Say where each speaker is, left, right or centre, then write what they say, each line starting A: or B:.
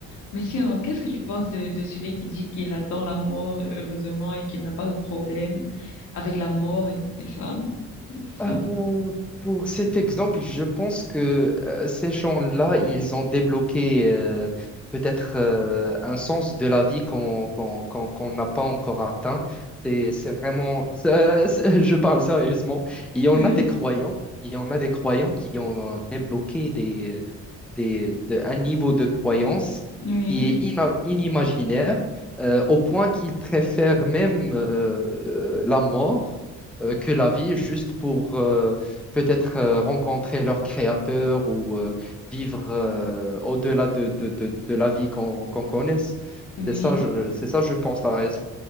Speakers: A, on the left; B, in the centre.
A: Mais sinon, qu'est-ce que tu penses de, de celui qui dit qu'il attend la mort, heureusement, et qu'il n'a pas de problème avec la mort et, et ça, et tout ça?
B: Euh, pour cet exemple, je pense que euh, ces gens-là, ils ont débloqué euh, peut-être euh, un sens de la vie qu'on qu'on, qu'on, qu'on n'a pas encore atteint. C'est, c'est vraiment, c'est- c'est- <laughs> je parle sérieusement. Il y en
A: Oui.
B: a des croyants, il y en a des croyants qui ont débloqué des, de- un niveau de croyance
A: Oui,
B: qui est ina- inimaginaire, euh, au point qu'ils préfèrent même euh, euh, la mort euh, que la vie, juste pour euh, peut-être euh, rencontrer leur créateur ou euh, vivre euh, au-delà de, de, de, de la vie qu'on qu'on connaisse.
A: oui.
B: C'est ça, je, c'est ça, je pense, la raison.